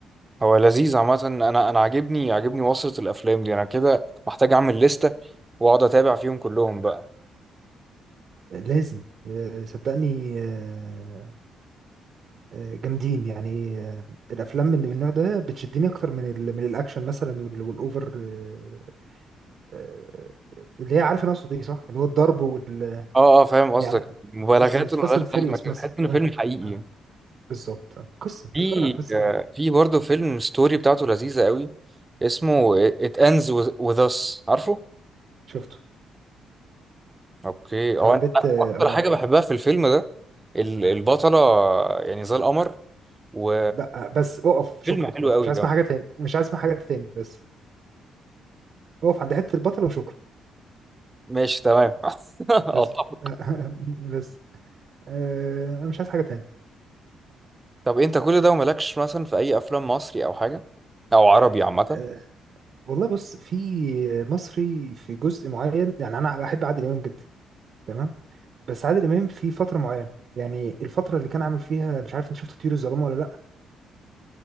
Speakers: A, on the right; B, on the right.
A: هو لذيذ عامة انا انا عاجبني عاجبني وصلة الافلام دي انا كده محتاج اعمل لستة واقعد اتابع فيهم كلهم بقى
B: لازم آه، صدقني آه، آه، جامدين يعني آه، الافلام من من النوع ده بتشدني اكتر من ال من الاكشن مثلا وال- والاوفر آه، آه، اللي هي عارف انا اقصد ايه صح اللي هو الضرب وال
A: اه اه فاهم قصدك
B: يعني
A: مبالغات
B: فاست
A: ملهاش
B: اند فيريوس
A: لازمة كده
B: مثلا
A: تحس ان
B: اه
A: فيلم حقيقي
B: اه بالظبط آه. قصه انت
A: في
B: بتتفرج على قصه فعلا
A: في برضه فيلم ستوري بتاعته لذيذة قوي اسمه It Ends With With Us عارفه؟
B: شفته
A: اوكي
B: بتاع
A: هو
B: البيت
A: انا
B: اه
A: اكتر
B: آه.
A: حاجة بحبها في الفيلم ده ال- البطلة يعني زي القمر و
B: لا آه، بس اقف شكرا
A: فيلم حلو
B: خلاص
A: قوي
B: مش عايز
A: كمان
B: اسمع حاجه تاني مش عايز اسمع حاجه تاني بس اقف عند حته البطل وشكرا
A: ماشي تمام <laughs> آه،
B: بس
A: طب
B: <laughs> آه، بس آه، انا مش عايز حاجه تاني
A: طب انت كل ده ومالكش مثلا في اي افلام مصري او حاجة او عربي عامة
B: آه، والله بص في مصري في جزء معين يعني انا بحب عادل امام جدا تمام بس عادل امام في فتره معينه يعني الفتره اللي كان عامل فيها مش عارف انت شفت طيور الظلام ولا لا